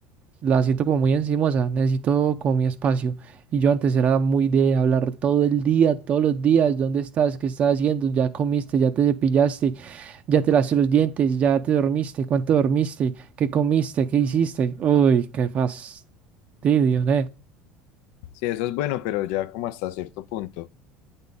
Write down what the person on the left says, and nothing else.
Sí, eso es bueno, pero ya como hasta cierto punto.